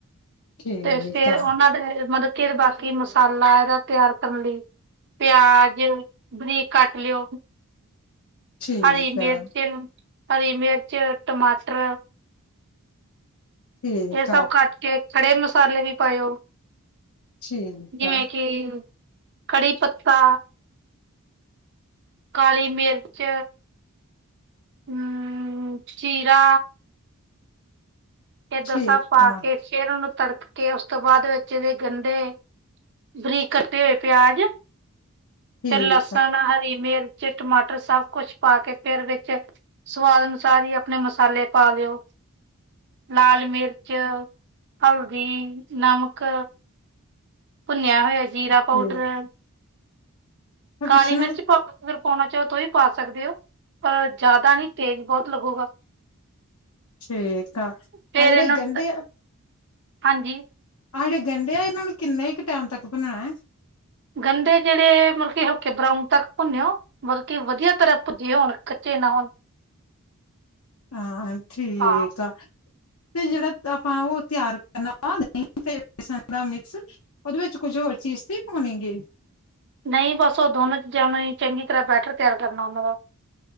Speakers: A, on the left; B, on the right.
A: ਠੀਕ
B: ਤੇ ਫਿਰ
A: ਆ
B: ਉਹਨਾਂ ਦੇ ਮਤਲਬ ਕਿ ਬਾਕੀ ਮਸਾਲਾ ਇਹਦਾ ਤਿਆਰ ਕਰਨ ਲਈ। ਪਿਆਜ, ਬਰੀਕ ਕੱਟ ਲਿਉ।
A: ਠੀਕ
B: ਹਰੀ ਮਿਰਚ,
A: ਆ
B: ਹਰੀ ਮਿਰਚ, ਟਮਾਟਰ।
A: ਠੀਕ
B: ਇਹ ਸਭ
A: ਆ
B: ਕੱਟ ਕੇ, ਖੜੇ ਮਸਾਲੇ ਵੀ ਪਾਇਓ।
A: ਠੀਕ
B: ਜਿਵੇਂ
A: ਆ
B: ਕਿ, ਕੜੀ ਪੱਤਾ। ਕਾਲੀ ਮਿਰਚ, ਅਮ ਜੀਰਾ। ਇਹ ਦਸਾ
A: ਠੀਕ
B: ਪਾ
A: ਆ ਠੀਕ ਆ
B: ਕੇ ਫਿਰ ਉਹਨੂੰ ਤੜਕ ਕੇ ਉਸ ਤੋਂ ਬਾਅਦ ਵਿੱਚ ਇਹਦੇ ਗੰਡੇ ਬਰੀਕ ਕੱਟੇ ਹੋਏ ਪਿਆਜ,
A: ਠੀਕ
B: ਫਿਰ ਲਸਣ‌ ਹ ਮਿਰਚ, ਟਮਾਟਰ ਸਭ ਕੁੱਛ ਪਾ ਕੇ। ਫਿਰ ਵਿੱਚ ਸਵਾਦ ਅਨੁਸਾਰ ਹੀ ਆਪਣੇ ਮਸਾਲੇ ਪਾ ਲਿਉ। ਲਾਲ ਮਿਰਚ, ਹਲਦੀ, ਨਮਕ। ਭੁੰਨਿਆ ਹੋਇਆ ਜੀਰਾ ਪਾਊਡਰ।
A: ਠੀਕ ਮੈਂ
B: ਕਾਲੀ
A: ਪੁੱਛਣਾ
B: ਮਿਰਚ ਪਾ ਅਗਰ ਪਾਉਣਾ ਚਾਹੋ ਤਾਂਸੀ ਵੀ ਪਾ ਸਕਦੇ ਹੋ। ਪਰ ਜ਼ਿਆਦਾ ਨਹੀਂ। ਤੇਜ ਬਹੁਤ ਲੱਗੂਗਾ।
A: ਠੀਕ ਆ। ਅਹ
B: ਫਿਰ
A: ਜਿਹੜੇ
B: ਇਹਨੂੰ
A: ਗੰਡੇ ਆ।
B: ਹਾਂਜੀ।
A: ਆਹ ਜਿਹੜੇ ਗੰਡੇ ਆ ਇਹਨਾਂ ਨੂੰ ਕਿੰਨੇ ਕ ਟਾਈਮ ਤੱਕ ਭੁੰਨਣਾ?
B: ਗੰਡੇ ਜਿਹੜੇ ਮਤਲਬ ਕਿ ਹਲਕੇ ਬਰਾਉਨ ਤੱਕ ਭੁੰਨਿਓ। ਮਤਲਬ ਕਿ ਵਧੀਆ ਤਰ੍ਹਾਂ ਭੱਜੇ ਹੋਣ ਕੱਚੇ ਨਾ ਹੋਣ।
A: ਹਾਂ ਠੀਕ
B: ਹਾਂ
A: ਆ। ਤੇ ਜਿਹੜਾ ਆਪਾਂ ਉਹ ਤਿਆਰ ਕਰਨਾ ਵਾ ਦਹੀਂ ਤੇ ਬੇਸਣ ਦਾ ਮਿਕਸ। ਉਹਦੇ ਵਿੱਚ ਕੁਝ ਹੋਰ ਚੀਜ਼ ਤੇ ਪੋਣੋਗੀ।
B: ਨਹੀਂ, ਬੱਸ ਉਹ ਦੋਨੋ ਚੀਜ਼ਾਂ ਨੂੰ ਚੰਗੀ ਤਰ੍ਹਾਂ ਬੈਟਰ ਤਿਆਰ ਕਰਨਾ ਉਹਨਾਂ ਦਾ‌।